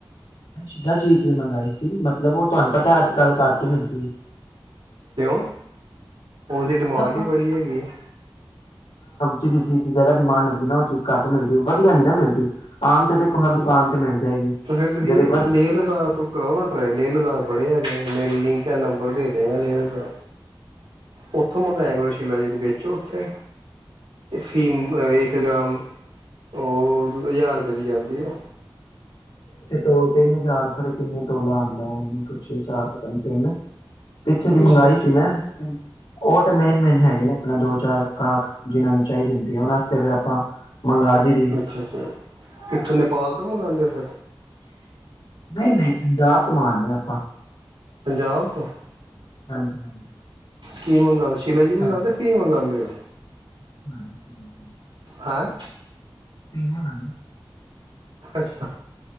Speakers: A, on the left; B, on the right.
A: ਸ਼ਿਲਾ ਜੀਤ ਵੀ ਮੰਗਵਾਈ ਸੀ ਮਤਲਬ ਉਹ ਤੁਹਾਨੂੰ ਪਤਾ ਅੱਜ ਕੱਲ੍ਹ ਘੱਟ ਮਿਲ ਦੀ ਐ।
B: ਤੇ ਔ। ਉਹਦੀ ਡਿਮਾਂਡ
A: ਬਸ
B: ਵੀ ਬੜੀ ਹੈਗੀ ਐ।
A: ਜਿਹੜੀ ਚੀਜ਼ ਦੀ ਜਿਆਦਾ ਡਿਮਾਂਡ ਹੁੰਦੀ ਨਾ, ਉਹ ਚੀਜ਼ ਘੱਟ ਮਿਲਦੀ, ਵਧੀਆ ਨੀ ਨਾ ਮਿਲਦੀ। ਆਮ ਤੇ ਦੇਖੋ ਹਰ ਦੁਕਾਨ
B: ਤੇ
A: ਮਿਲ ਜਾਏਗੀ
B: ਫੇਰ ਤੁਸੀਂ
A: ਜਿਹੜੇ ਵ
B: ਲੇਹ -ਲਦਾਖ ਤੋਂ ਕਰਓ ਨਾ ਟਰਾਏ ਲੇਹ -ਲਦਾਖ ਬੜੇ ਹੈਗੇ। ਏਹ ਮੇਰੀ ਲਿੰਕ ਐ, ਨੰਬਰ ਭੇਜ ਦਿਆਂਗਾ ਲਿੰਕ ਦਾ। ਉੱਥੋਂ ਮੰਗਾਇਆ ਕਰੋ ਸ਼ੀਲਾ ਜੀ, ਦੇ ਵੇਚੋ। ਤੇ ਅਫੀਮ ਇੱਕ ਗ੍ਰਾਮ- ਉਹ ਹਜ਼ਾਰ ਰੁਪਏ ਦੀ ਆਦੀ ਐ, ਉਹ
A: ਦੋ ਤਿੰਨ ਹਚਾਰ ਖਰੇ ਕਿੰਨੇ ਟੋਲਾ ਆਉਂਦਾ ਐ, ਐਨੇ ਕੁਛ ਛੇ ਚਾਰ ਪਤਾ ਨਹੀ ਤਿੰਨ ਪਿੱਛੇ ਜੀ
B: ਅੱਛਾ
A: ਮੰਗਾਈ
B: ਅੱਛਾ
A: ਸੀ ਮੈਂ। ਉਹ ਤੇ ਮੇਨ- ਮੇਨ ਹੈਗੇ ਨੇ ਆਪਣਾ ਦੋ -ਚਾਰ ਗਾਹਕ, ਜਿਹਨਾਂ ਨੂੰ ਚਾਹੀਦੀ ਹੁੰਦੀ ਉਹਨਾਂ ਤੇ ਫੇਰ ਆਪਾਂ ਮੰਗਵਾ ਦੰਦੀ।
B: ਅੱਛਾ -ਅੱਛਾ, ਕਿੱਥੋਂ ਨੇਪਾਲ ਤੋਂ ਮੰਗਵਾਉਂਦੇ ਹੋ ਫਿਰ
A: ਨਹੀਂ- ਨਹੀਂ, ਪੰਜਾਬ ਤੇ ਮਂਗਨਦੇ ਹਾਂ। ਆਪਾਂ
B: ਪੰਜਾਬ ਤੋਂ
A: ਹਾਂਜੀ ਹਾਂਜੀ।
B: ਕੀ ਮੰਗਵਾਉਂ ਸ਼ਿਲਾ ਜੀ
A: ਸੇਮ
B: ਮੰਗਵਾਉਂਦੇ ਕੀ ਮੰਗਵਾਉਂਦੇ ਹੋ।
A: <inaudible>
B: ਹੈਂ।
A: ਫਿਮ ਮਗ
B: ਅੱਛਾ।